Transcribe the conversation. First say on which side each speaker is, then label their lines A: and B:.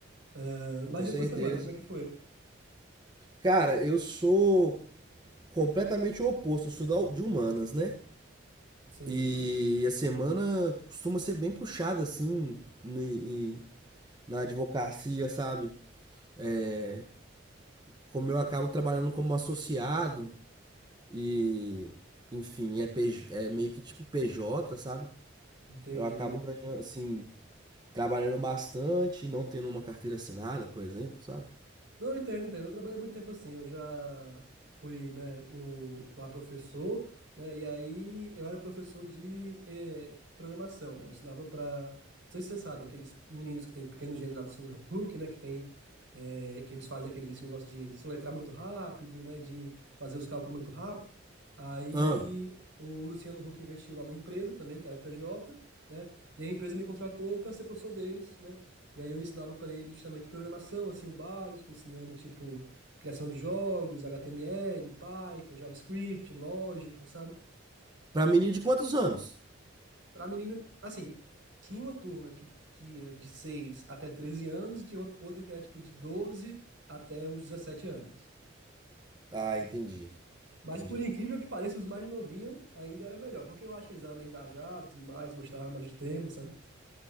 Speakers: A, on the right (about 70°); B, on the right (about 20°).
A: Ah, mas
B: Com
A: e
B: certeza.
A: a tua semana, como é que foi?
B: Cara, eu sou completamente o oposto, eu sou da- de humanas, né?
A: Sim,
B: E a semana costuma ser bem puxada, assim, no- e- na advocacia, sabe? É, como eu acabo trabalhando como associado e, enfim, é, PJ é meio que tipo PJ, sabe?
A: entendi.
B: Eu acabo ganhando, assim, trabalhando bastante, não tendo uma carteira assinada, por exemplo, sabe?
A: Não, entendo, entendo. Eu trabalhei muito tempo assim. Eu já fui, né, o, lá professor, né? E aí eu era professor de eh, programação, né? Eu ensinava para, não sei se você sabe, aqueles meninos que tem pequeno gênio lá do Sun Hook, né? Que tem, eh, que eles fazem aquele esse negócio de soletrar muito rápido, né? De fazer os cálculos muito rápido. Aí
B: Ah,
A: o Luciano Huck investiu lá na empresa também, que era PJ, né? E a empresa me contratou para ser professor deles, né? E aí eu ensinava para ele justamente programação, assim, o básico, ensinando tipo criação de jogos, HTML, Python, JavaScript, lógica, sabe?
B: pra menino de quantos anos?
A: Para menino, assim, tinha uma turma que, que ia de 6 até 13 anos e tinha ou- outra que era tipo de 12 até os 17 anos.
B: Ah, entendi,
A: Mas
B: entendi.
A: por incrível que pareça, os mais novinhos ainda era melhor, porque eu acho que eles eram mais engajados, e tudo mais, gostavam mais do tema, sabe?